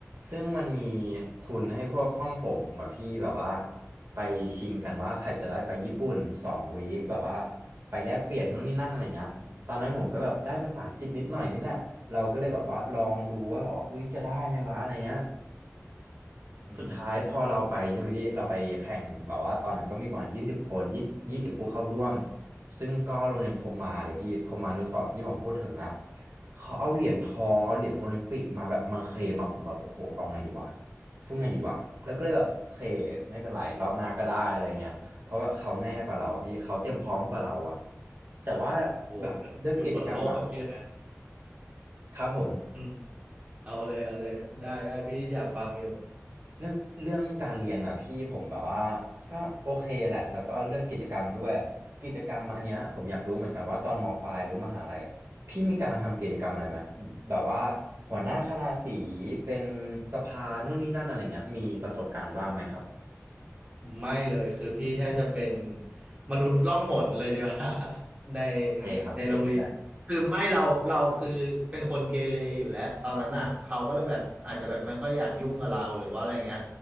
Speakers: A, on the right; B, on the right.
A: ซึ่งมันมีทุนให้พวกห้องผมอ่ะพี่แบบว่าไปชิงกันว่าใครจะได้ไปญี่ปุ่นสองวีคแบบว่าไปแลกเปลี่ยนนู่นนี่นั่นอะไรเงี้ยตอนนั้นผมก็แบบได้ภาษาอังกฤษนิดหน่อยนี่แหละเราก็เลยแบบว่าลองดูว่าแบบว่าเฮ้ยจะได้ไหมวะอะไรเงี้ย
B: นะอื
A: สุดท้ายพอเราไปใช่ไหมพี่เราไปแข่งแบบว่าตอนนั้นก็มีประมาณยี่สิบคนยี่สิบยี่สิบผู้เข้าร่วม
B: ม
A: ซึ่งก็โรงเรียนพรหมาเลยพี่พรหมานุสรณ์ที่ผมพูดถึงอ่ะเขาเอาเหรียญทองเอาเหรียญโอลิมปิกมาแบบมาเคลมอะผมแบบโอ้โหเอาไงดีวะสู้ไงดีวะแล้วก็เลยแบบโอเคไม่เป็นไรรอบหน้าก็ได้อะไรเงี้ยเพราะว่าเขาแน่กว่าเราอ่ะพี่เขาเตรียมพร้อมกว่าเราอ่ะแต่ว่า
B: โห
A: แบบเรื่องกิจกรรมอ่ะ
B: อยู่คนละโลกกับพี่แล้ว
A: ครับผม
B: อืมเอาเลยเอาเลยได้ได้พี่อยากฟังอยู่
A: เรื่องเรื่องการเรียนอ่ะพี่ผมแบบว่าก็โอเคแหละแล้วก็เรื่องกิจกรรมด้วยกิจกรรมอันเนี้ยผมอยากรู้เหมือนกันว่าตอนมปลายหรือมหาลัยอะพี่มีการทำกิจกรรมอะไรไหมแบบว่าหัวหน้าคณะสีเป็นสภานู่นนี่นั่นอะไรเงี้ยมีประสบการณ์บ้างไหมครับผม
B: ไม่เลยคือพี่แทบจะเป็นมนุษย์ล่องหนเลยดีกว่า <laughs> ใน
A: โอเคครับเก็ตเลย
B: ในโรงเรียนคือไม่เราเราคือเป็นคนเกเรอยู่แล้วตอนนั้นอ่ะเขาก็เลยแบบอาจจะแบบไม่ค่อยอยากยุ่งกับเราหรือว่าอะไรเงี้ย